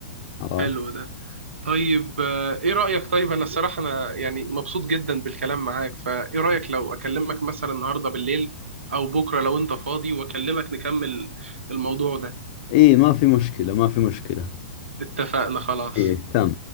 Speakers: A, on the left (about 45°); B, on the right (about 80°).
A: عرفت
B: حلو ده طيب آه، ايه رأيك طيب انا الصراحة انا يعني مبسوط جدا بالكلام معاك فايه رأيك لو اكلمك مثلا النهاردة بالليل او بكرة لو انت فاضي واكلمك نكمل الموضوع ده
A: اي ما في مشكلة ما في مشكلة
B: اتفقنا خلاص
A: اي تم